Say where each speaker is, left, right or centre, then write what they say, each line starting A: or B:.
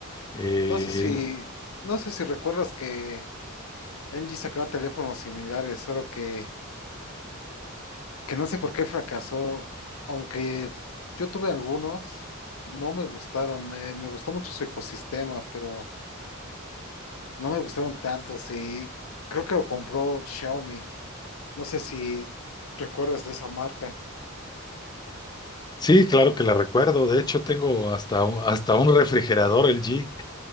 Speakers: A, on the left; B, on the left.
A: Eh,
B: No sé si, no sé si recuerdas que LG sacaba teléfonos similares, solo que, que no sé por qué fracasó. Aunque yo tuve algunos, no me gustaron. me me gustó mucho su ecosistema, pero No me gustaron tanto, sí. Creo que lo compró Xiaomi. No sé si recuerdas de esa marca.
A: sí, claro que la recuerdo. De hecho, tengo hasta, un- hasta un refrigerador L G